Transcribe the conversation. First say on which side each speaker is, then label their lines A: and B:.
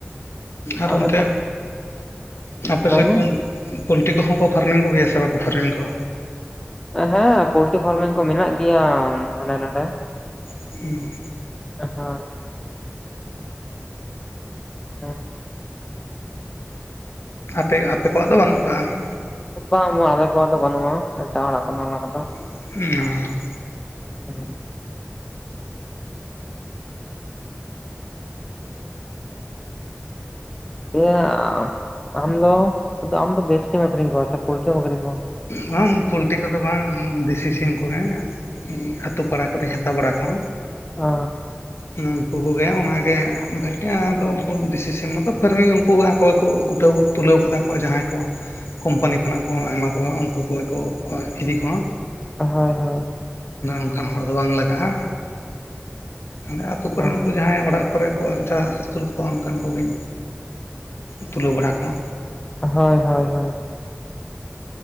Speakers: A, on the left; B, on the left.
A: ᱟᱨ
B: ᱟᱞᱮ
A: ᱚᱱᱛᱮ
B: ᱥᱮᱫ
A: ᱟᱯᱮ
B: ᱞᱟᱹᱭ
A: ᱥᱮᱫ
B: ᱢᱮ
A: <unintelligible> ᱯᱚᱞᱴᱤ ᱠᱚᱦᱚᱸ ᱠᱚ ᱯᱷᱟᱨᱢᱤᱝ ᱠᱚ ᱜᱮᱭᱟ ᱥᱮ ᱵᱟᱠᱚ ᱯᱷᱟᱨᱢᱤᱝ ᱠᱚᱣᱟ?
B: ᱦᱮᱸ ᱯᱳᱞᱴᱨᱤ ᱯᱷᱟᱨᱢᱤᱝ ᱠᱚ ᱢᱮᱱᱟᱜ ᱜᱮᱭᱟ ᱦᱟᱸᱰᱮ ᱱᱟᱰᱮ᱾
A: <unintelligible>
B: <unintelligible> ᱦᱮᱸ
A: ᱟᱯᱮ ᱟᱯᱮ ᱠᱚᱣᱟᱜ ᱫᱚ ᱵᱟᱹᱱᱩᱜ ᱟᱠᱟᱜᱼᱟ?
B: ᱵᱟᱝ ᱵᱟᱝ ᱟᱞᱮ ᱠᱚᱣᱟᱜ ᱫᱚ ᱵᱟᱹᱱᱩᱜᱼᱟ ᱮᱴᱟᱜ ᱦᱚᱲᱟᱜ ᱠᱟᱱᱟ ᱚᱱᱟ ᱠᱚᱫᱚ᱾
A: <unintelligible>
B: <unintelligible> <unintelligible> ᱟᱢ ᱫᱚ ᱥᱩᱫᱩ ᱟᱢ ᱫᱚ ᱫᱮᱥᱤᱢ ᱜᱮ ᱟᱹᱠᱷᱨᱤᱧ ᱠᱚᱣᱟ ᱥᱮ ᱯᱳᱞᱴᱨᱤ ᱮᱢ ᱟᱹᱠᱷᱨᱤᱧ ᱠᱚᱣᱟ?
A: ᱵᱟᱝ ᱯᱳᱞᱴᱤ ᱠᱚᱫᱚ ᱵᱟᱝ, ᱫᱮᱥᱤ ᱥᱤᱢ ᱠᱚᱜᱮᱼᱼ ᱟᱛᱳ ᱯᱟᱲᱟ ᱠᱚᱨᱮᱧ ᱦᱟᱛᱟᱣ ᱵᱟᱲᱟ ᱠᱚᱣᱟ᱾
B: ᱚᱻ
A: <inaudible> ᱩᱱᱠᱩ ᱠᱚ ᱜᱮ ᱚᱱᱟ ᱜᱮ ᱵᱷᱟᱜᱤ ᱟᱫᱚ ᱩᱱᱠᱩ ᱫᱮᱥᱤ ᱥᱤᱢ ᱢᱚᱛᱚ ᱯᱷᱟᱨᱢᱤᱝ ᱩᱱᱠᱩ ᱟᱠᱚ ᱠᱚ ᱩᱴᱟᱹᱣ ᱛᱩᱞᱟᱹᱣ ᱠᱚᱛᱟ ᱠᱚ ᱡᱟᱦᱟᱸᱭ ᱠᱚᱼᱼ ᱠᱳᱢᱯᱟᱱᱤ ᱠᱷᱚᱱᱟᱜ ᱠᱚ ᱮᱢᱟ ᱠᱚᱣᱟ ᱩᱱᱠᱩ ᱠᱚᱜᱮ ᱠᱚ ᱤᱫᱤ ᱠᱚᱣᱟ᱾
B: ᱦᱳᱭ ᱦᱳᱭ,
A: ᱚᱱᱠᱟᱱ ᱦᱚᱲ ᱫᱚ ᱵᱟᱝ ᱞᱟᱜᱟᱜᱼᱟ ᱟᱞᱮ ᱟᱛᱳ ᱠᱚᱨᱮᱱ
B: ᱚ,
A: ᱩᱱᱠᱩ ᱡᱟᱦᱟᱸᱭ ᱚᱲᱟᱜᱼᱼ ᱠᱚᱨᱮ ᱠᱚ <unintelligible> ᱟᱹᱥᱩᱞ ᱠᱚ ᱚᱱᱠᱟᱱ ᱠᱚᱜᱮᱧ ᱛᱩᱞᱟᱹᱣ ᱵᱟᱲᱟ ᱠᱚᱣᱟ᱾
B: ᱦᱳᱭ ᱦᱳᱭ ᱦᱳᱭ,